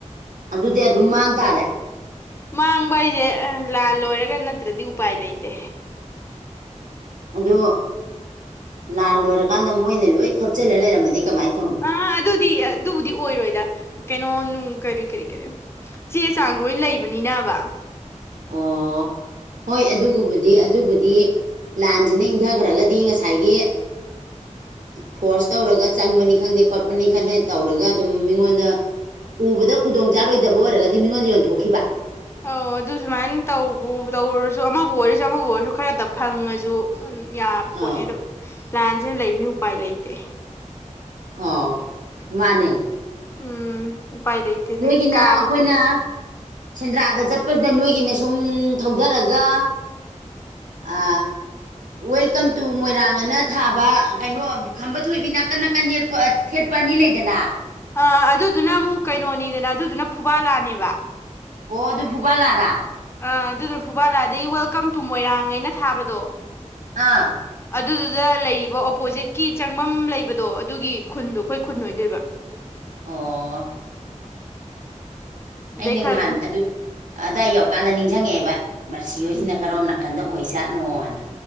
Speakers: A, on the right; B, on the left.
A: ꯑꯗꯨꯗꯤ ꯑꯗꯨꯝ ꯃꯥꯡ ꯇꯥꯔꯦ
B: ꯃꯥꯡꯕ ꯑꯩꯖꯦ ꯂꯥꯜ ꯂꯣꯏꯔꯒ ꯅꯠꯇ꯭ꯔꯗꯤ ꯎꯄꯥꯏ ꯂꯩꯇꯦ
A: ꯑꯗꯣ ꯂꯥꯟ ꯂꯣꯏꯔꯀꯥꯟꯗ ꯃꯣꯏꯅ ꯂꯣꯏ ꯈꯣꯞꯆꯤꯜꯂ ꯂꯩꯔꯝꯃꯗꯤ ꯀꯃꯥꯏꯅ ꯇꯧꯅꯤ
B: ꯑꯥ ꯑꯗꯨꯗꯤ ꯑꯗꯨꯕꯨꯗꯤ ꯑꯣꯏꯔꯣꯏꯗ ꯀꯩꯅꯣ ꯅꯨꯡ ꯀꯔꯤ ꯀꯔꯤ ꯀꯔꯤ ꯆꯦ ꯆꯥꯡ ꯂꯣꯏ ꯂꯩꯕꯅꯤꯅꯕ
A: ꯑꯣ ꯍꯣꯏ
B: ꯑꯗꯨꯕꯨꯗꯤ
A: ꯑꯗꯨꯒꯕꯨꯗꯤ ꯗꯤ ꯑꯗꯨꯕꯨꯗꯤ ꯂꯥꯟꯁꯤꯅ ꯏꯪꯊꯈ꯭ꯔꯒꯗꯤ ꯉꯁꯥꯏꯒꯤ ꯐꯣꯔꯁ ꯇꯧꯔꯒ ꯆꯪꯕꯅꯤ ꯈꯪꯗꯦ ꯈꯣꯠꯄꯅꯤ ꯈꯪꯗꯦ ꯇꯧꯔꯒ ꯑꯗꯨꯝ ꯃꯤꯉꯣꯟꯗ ꯎꯕꯗ ꯈꯨꯗꯣꯡ ꯆꯥꯔꯣꯏꯗꯕ ꯑꯣꯏꯔꯒꯗꯤ ꯃꯤꯉꯣꯟꯗ ꯌꯣꯟꯊꯣꯛꯈꯤꯕ
B: ꯑꯣ ꯑꯗꯨ ꯁꯨꯃꯥꯏꯅ ꯇꯧꯕ ꯇꯧꯔꯁꯨ ꯑꯃꯕꯨ ꯑꯣꯏꯔꯁꯨ ꯑꯃꯕꯨ ꯑꯣꯏꯔꯁꯨ ꯈꯔꯗ ꯐꯪꯉꯁꯨ ꯎꯝ ꯌꯥꯕ ꯄꯣꯠꯅꯦ
A: ꯑꯥꯎ
B: ꯑꯗꯣ ꯂꯥꯟꯁꯤꯅ ꯂꯩꯕꯅꯤ ꯎꯄꯥꯏ ꯂꯩꯇꯦ
A: ꯑ ꯃꯥꯅꯦ
B: ꯎꯝ ꯎꯄꯥꯏ ꯂꯩꯇꯦ ꯍꯟꯗꯛ
A: ꯅꯣꯏꯒꯤꯅ
B: ꯀꯥꯕ
A: ꯑꯩꯈꯣꯏꯅ
B: ꯈꯣꯠ
A: ꯁꯦꯟꯗ꯭ꯔꯥꯗ ꯆꯠꯄꯁꯤꯗ ꯅꯣꯏꯒꯤꯅꯦ ꯁꯨꯝ ꯊꯧꯙꯔꯒ ꯑ ꯋꯦꯜꯀꯝ ꯇꯨ ꯃꯣꯏꯔꯥꯡ ꯑꯅ ꯊꯥꯕ ꯀꯩꯅꯣ ꯈꯝꯕ ꯊꯣꯏꯕꯤ ꯅꯥꯀꯟ ꯅꯥꯀꯟ ꯌꯦꯛꯄ ꯊꯦꯠꯄ ꯑꯅꯤ ꯂꯩꯗꯅ
B: ꯑ ꯑꯗꯨꯗꯨꯅ ꯑꯃꯨꯛ ꯀꯩꯅꯣꯅꯤꯗꯅ ꯑꯗꯨꯗꯨꯅ ꯐꯨꯕꯥꯜꯂꯥꯅꯦꯕ
A: ꯑꯣ ꯑꯗꯨ ꯐꯨꯕꯜꯂꯥꯔꯥ
B: ꯑ ꯑꯗꯨꯅ ꯐꯨꯕꯥꯜꯂꯥꯑꯗꯩ ꯋꯦꯜꯀꯝ ꯇꯨ ꯃꯣꯏꯔꯥꯡ ꯑꯩꯅ ꯊꯥꯕꯗꯣ
A: ꯑꯥ
B: ꯑꯗꯨꯗꯨꯗ ꯂꯩꯔꯤꯕ ꯑꯣꯄꯣꯖꯤꯠꯀꯤ ꯆꯪꯐꯝ ꯂꯩꯕꯗꯣ ꯑꯗꯨꯒꯤ ꯈꯨꯟꯗꯣ ꯑꯩꯈꯣꯏ ꯈꯨꯟ ꯑꯣꯏꯗꯣꯏꯕ
A: ꯑꯣ
B: ꯑꯗꯩ
A: ꯑꯩꯅ
B: ꯈꯔ
A: ꯉꯍꯥꯟ
B: ꯑꯗꯨꯝ
A: ꯑꯗꯨ ꯑꯗꯥꯏ ꯌꯧꯔꯀꯥꯟꯗ ꯅꯤꯡꯁꯤꯡꯉꯛꯑꯦꯕ ꯃꯔꯁꯤ ꯍꯣꯏꯁꯤꯅ
B: ꯎꯝ
A: ꯀꯔꯣꯝꯅ ꯀꯟꯗ ꯑꯣꯏ ꯆꯥꯠꯅꯣꯅ